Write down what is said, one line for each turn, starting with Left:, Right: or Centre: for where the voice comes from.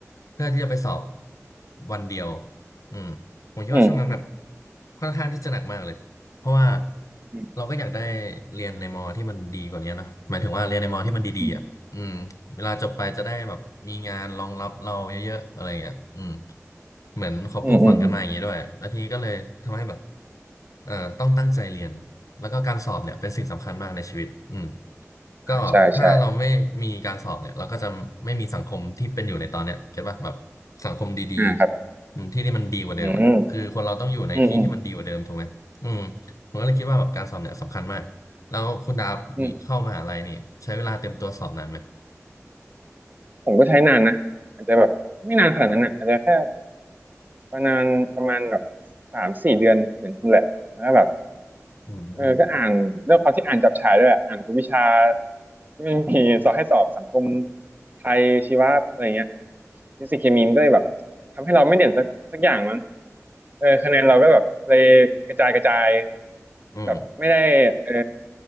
Left: เพื่อที่จะไปสอบวันเดียวอืมผมคิดว่าช่วงนั้นแบบ
Right: อืม
Left: ค่อนข้างที่จะหนักมากเลยเพราะว่า
Right: อืม
Left: เราก็อยากได้เรียนในมอที่มันดีกว่านี้เนอะหมายถึงว่าเรียนในมอที่มันดีๆอ่ะ
Right: อืม
Left: อืมเวลาจบไปจะได้แบบมีงานรองรับเราเยอะๆอะไรเงี้ยอืมเหมือนเขาปลูกฝังกันมาอย่างนี้ด้วยแล้วทีนี้ก็เลยทำให้แบบ
Right: อืมอืมอืม
Left: เอ่อต้องตั้งใจเรียนแล้วก็การสอบเนี่ยเป็นสิ่งสำคัญมากในชีวิตอืมก็ถ้าเราไม่มีการสอบเนี่ยเราก็จะไม่มีสังคมที่เป็นอยู่ในตอนเนี้ยเก็ตป่ะแบบ
Right: อ่าใช่ใช่
Left: สังคมดีๆอืมที่ที่มันดีกว่าเดิมอ่ะคือคนเราต้องอยู่ในที่ที่มันดีกว่าเดิมถูกไหมอืม
Right: อ่าครับอืมอืมอืม
Left: ผมก็เลยคิดว่าแบบการสอบเนี่ยสำคัญมากแล้วคุณดาบมีเข้ามหาลัยนี่ใช้เวลาเตรียมตัวสอบนานไหม
Right: อืมผมก็ใช้นานนะอาจจะแบบไม่นานขนาดนั้นอ่ะอาจจะแค่ ประมาณประมาณแบบสามสี่เดือนเหมือนคุณแหละแล้วก็แบบ
Left: อืม
Right: เออก็อ่านเรื่องความที่อ่านจับฉายด้วยอะอ่านทุกวิชาที่มันมีสอบให้สอบสังคมไทยชีวะอะไรเงี้ยฟิสิกส์เคมีมันก็เลยแบบทำให้เราไม่เด่นสักสักอย่างมั้งเออคะแนนเราก็แบบเลยกระจายกระจาย
Left: อืม
Right: แบบไม่ได้เออ